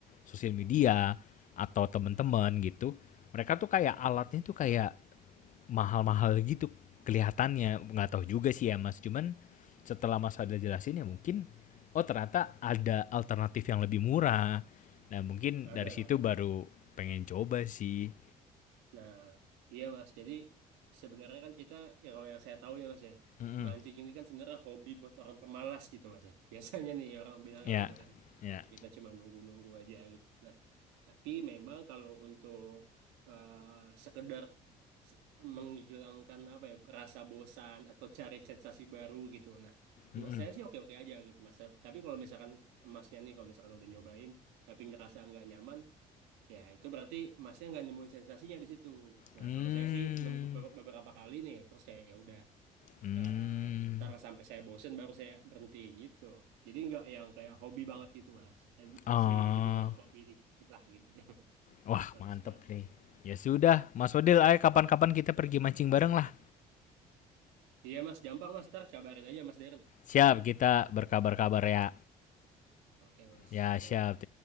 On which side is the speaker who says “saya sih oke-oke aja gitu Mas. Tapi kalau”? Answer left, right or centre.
Right